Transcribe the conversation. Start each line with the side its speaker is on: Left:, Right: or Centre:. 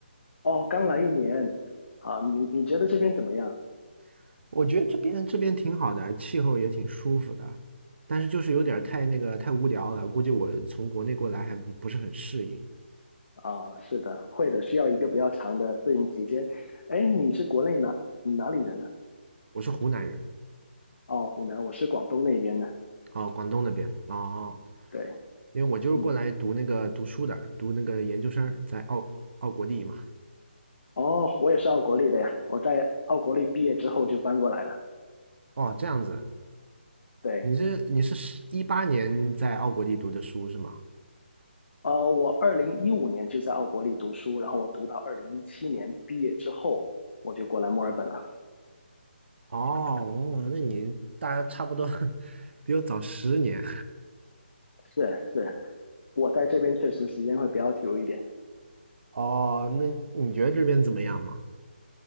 Left: 哦，刚来一年，啊，你你觉得这边怎么样？
Right: <laughs> 我觉得这边这边挺好的，气候也挺舒服的，但是就是有点儿太那个太无聊了，估计我从国内过来还不是很适应。
Left: 哦，是的，会的，需要一个比较长的适应时间。哎，你是国内哪你哪里人呢？
Right: 我是湖南人，
Left: 哦，湖南，我是广东那边的。
Right: 哦，广东那边，哦哦。
Left: 对，
Right: 因为我就是过来读那个读书的，
Left: 嗯，
Right: 读那个研究生，在澳澳国立嘛。
Left: 哦，我也是奥国立的呀。我在奥国立毕业之后就搬过来了。
Right: 哦，这样子，
Left: 对，
Right: 你是你是一八年在澳国立读的书是吗？
Left: 呃，我二零一五年就在奥国立读书，然后我读到二零一七年毕业之后，我就过来墨尔本了。
Right: 哦，哦那你大家差不多 <laughs> 比我早十年。
Left: 是是，我在这边确实时间会比较久一点。
Right: 哦，那你觉得这边怎么样嘛？